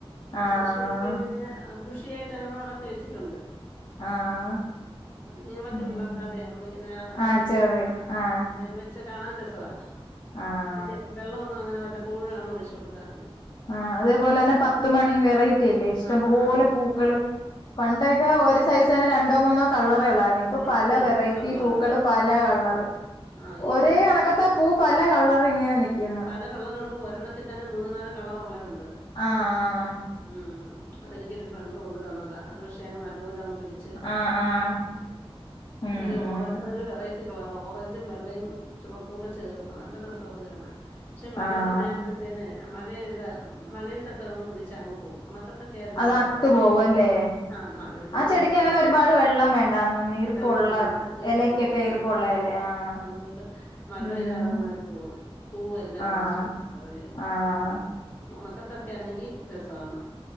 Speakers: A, on the left; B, on the left.
A: ആഹ്
B: അത് ഷേപ്പേതിങ്ങനെ ബുഷിയായിട്ട് അങ്ങനെ വളർത്തി വെച്ചിട്ടുണ്ട്.
A: ആഹ്
B: നീങ്ങളത്തി
A: ഉം
B: വിളർത്താതെ നമ്മളിങ്ങനെ ചട്ടിയിലോട്
A: ആഹ് ചെറിയ
B: അങ്ങനെ
A: ആഹ്
B: വെച്ച് പക്ഷെ കാണാൻ രസവാ
A: ആഹ്
B: വല്യ വെള്ളമൊന്നും അങ്ങനെ വല്ലപ്പോഴുആണ് ഒഴിച്ചു കൊടുത്താൽ മതി.
A: ആഹ് അതേപോലെ തന്നെ പത്തുമണി വെറൈറ്റി അല്ലേ ഇഷ്ടംപലെ
B: ആഹാ ആ
A: പൂക്കള്.
B: ഉം.
A: പണ്ടൊക്കെ
B: ഉണ്ടോ
A: ഒരു സൈസ് തന്നെ രണ്ടോ മൂന്നോ കളറേ ഒള്ളാ ഇപ്പൊ
B: അല്ല
A: പല
B: ഇഷ്ടം
A: വെറൈറ്റി
B: പോലെ
A: പൂക്കള്
B: ഉണ്ട്
A: പല കളറ്
B: ആ ഇങ്ങനെ
A: ഒരേ കണക്കത്ത പൂ പല കളറിങ്ങനെ നിക്കുന്ന്
B: നല്ല കളറുണ്ട് ഒരെണ്ണത്തി തന്നെ മൂന്നു നാല് കളറ് ഉള്ള ഉണ്ട്.
A: ആഹ് ആഹ്
B: ഉം അതെനിക്കൊരു ഫ്രണ്ട് കൊണ്ട് തന്നതാ അത് പക്ഷെ അങ്ങ് നല്ലപോലെ അങ്ങ് പിടിച്ച്.
A: ആഹ് ആഹ് ഉം
B: ഒരു
A: ഉം
B: ഓറ അതൊരു വെറൈ റ്റി കളറാ ഓറഞ്ചും വെള്ളയും ചുമപ്പൂടെ ചേർന്ന് നല്ല രസം അത് കാണാൻ. പക്ഷെ മഴ
A: ആഹ്
B: സമയാവുമ്പോഴത്തേന് മഴയേതാ മഴയത്തൊക്കെ അങ്ങ് പിടിച്ചാ അങ്ങ് പോകും. ഉണക്കത്ത കയറുന്ന
A: അത്
B: രസവാത്
A: അട്ടു പോവല്ലേ
B: ആഹ് മഴ വെള്ളം
A: ആ ചെടിക്ക്
B: വരുമ്പോ
A: അങ്ങനെ
B: അതങ്ങ്
A: ഒരുപാട് വെള്ളം വേണ്ടാന്ന് തോന്നുന്നു ഈർപ്പുള്ള
B: വെള്ളം ഒന്നണ്ട് ഈറുപ്പള്ളടത്.
A: എലക്കൊക്കെ ഈർപ്പുള്ളതല്ലേ ആഹ്
B: അതുകൊണ്ട് മഴ
A: ഉം
B: പെയ്താ അതങ് നഷിച്ച് പോകും പൂവെല്ലാം
A: ആഹ്
B: നാശാവും മഴ പെയ്യുമ്പം
A: ആഹ്
B: ഒണത്തൊക്കെണെങ്കി രസമാണ്.